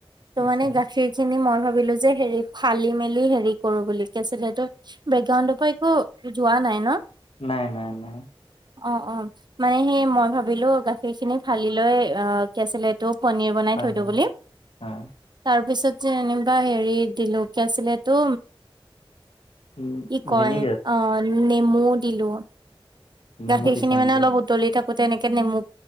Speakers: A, on the right; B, on the left.
A: ত'
B: আচ্ছা
A: মানে, গাখীৰ খিনি মই ভাবিলোঁ যে! হেৰি, ফালি -মেলি হেৰি, কৰোঁ বুলি। তাৰপিছত সেইটো, বেকগ্ৰাউণ্ড পৰা একো যোৱা নাই, ন'।
B: নাই, নাই, নাই।
A: অ' অ'! মানে সেই, মই ভাবিলোঁ! গাখীৰ খিনি ফালি লৈ, অ'! কি আছিলে এইটো? পনীৰ বনাই
B: পানী
A: থৈ দিওঁ বুলি।
B: হয়
A: তাৰপিছত যে, এনেকুৱা হেৰি দিলোঁ, কি আছিলে এইটো?
B: উম
A: কি কয়?
B: ভিনেগাৰ
A: অ'! নেমু দিলোঁ।
B: নেমু
A: গাখীৰ
B: দিছা
A: খিনি মানে,
B: নেকি
A: অলপ উতলি থাকোঁতে এনেকে, নেমু